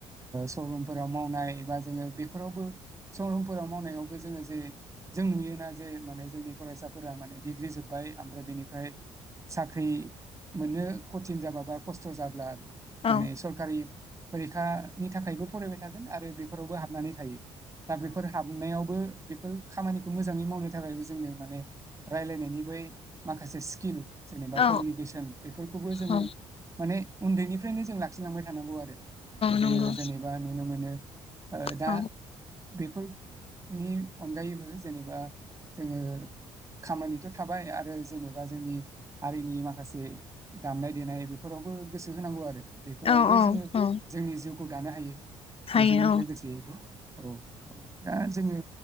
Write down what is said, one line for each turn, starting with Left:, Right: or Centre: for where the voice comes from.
Right: शरुमफोराव मावनाय बा जोङो बेफोरावबो शरुमफोराव मावनायावबो जोङो जे जों नुयोना जे माने जोंनि फरायसाफोरा माने डिग्रि जोब्बाय ओमफ्राय बेनिफ्राय साख्रि मोननो खथिन जाब्ला बा खस्थ' जाब्ला माने
Left: औ
Right: सरकारि फरिखानि थाखायबो फरायबाय थागोन आरो बेफोरावबो हाबनानै थायो। दा बेफोर हाबनायावबो बेफोर खामानिखौ मोजाङै मावनो थाखायबो जोंनो माने रायलायनायनि बै माखासे स्किल जेनबा
Left: औ
Right: कमिनिकसन बेफोरखौबो जोङो
Left: औ
Right: माने उन्दैनिफ्रायनो जों ला खिलांबाय थानांगौ आरो जोङो
Left: नंगौ
Right: जेनेबा नुनो मोनो दा
Left: औ
Right: बेफोरनि अनगायैबो जेनेबा जोङो खामानिथ' थाबाय आरो जेनेबा जोंनि हारिनि माखासे जेरै दामनाय देनाय बेफोरावबो गोसो होनांगौ आरो बेफोरावबो
Left: औ औ
Right: जोङो
Left: औ
Right: जोंनि जिउखौ दानो हायो
Left: हायो
Right: बेजों लोगोसेयैबो औ औ दा जोङो